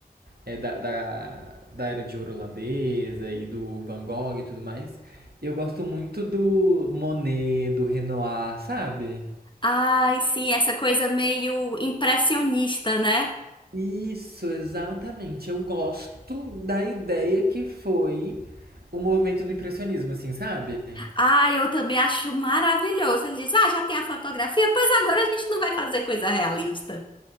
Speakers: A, on the right; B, on the left.
A: é, da, da, da era de ouro holandesa e do Van Gogh e tudo mais, eu gosto muito do Monet, do Renoir, sabe?
B: Ai, sim, essa coisa meio impressionista, né?
A: Isso, exatamente. Eu gosto da ideia que foi o movimento do impressionismo, assim, sabe?
B: Ah, eu também acho maravilhoso. Ele diz: Ah, já tem a fotografia? Pois agora a gente não vai fazer coisa realista.